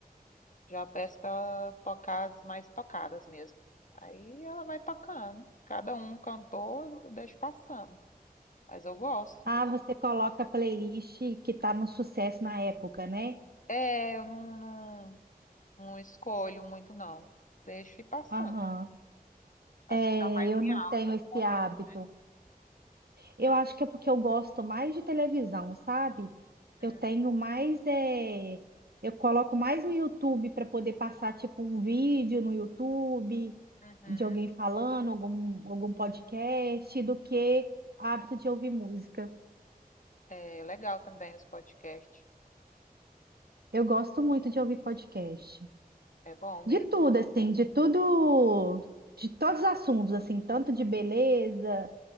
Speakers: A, on the left; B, on the right.
A: Já peço para ela tocar as mais tocadas mesmo. Aí ela vai tocando. Cada um cantor, eu deixo passando. Mas eu gosto.
B: Ah, você coloca a playlist que tá no sucesso na época, né?
A: É, eu não, não, não escolho muito, não. Deixo ir passando.
B: Aham.
A: As
B: É,
A: que estão mais
B: eu
A: em
B: não
A: alta
B: tenho
A: no
B: esse
A: momento,
B: hábito.
A: né?
B: Eu acho que é porque eu gosto mais de televisão, sabe?
A: Hum,
B: Eu tenho mais, é... eu coloco mais no YouTube para poder passar tipo um vídeo no YouTube
A: Uhum.
B: de alguém falando, algum, algum podcast, do que hábito de ouvir música.
A: É legal também os podcasts.
B: Eu gosto muito de ouvir podcast.
A: É bom mesmo.
B: De tudo, assim, de tudo, de todos os assuntos, assim, tanto de beleza.